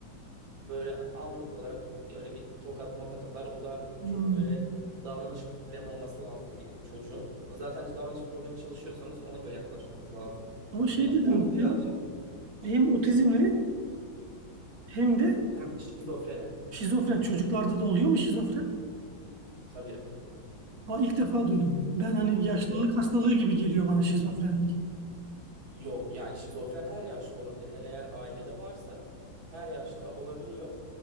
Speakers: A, on the right; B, on the right.
A: Böyle anlık olarak böyle bir tokat mokat atar. O da
B: Hmm.
A: çok böyle davranış problemi olması lazım bir çocuğun. Zaten davranış problemi çalışıyorsanız ona göre yaklaşmanız lazım.
B: Ama şey
A: Hani
B: dediniz
A: o birazcık
B: ya hem otizmli hem de
A: hem şizofreni.
B: şizofren. Çocuklarda da oluyor mu şizofren?
A: Tabii,
B: Ha, ilk defa duydum. Ben hani yaşlılık
A: tabii, tabii.
B: hastalığı gibi geliyor bana şizofrenlik.
A: Yok yani şizofren her yaşta olabilir. Hele eğer ailede varsa her yaşta olabiliyor.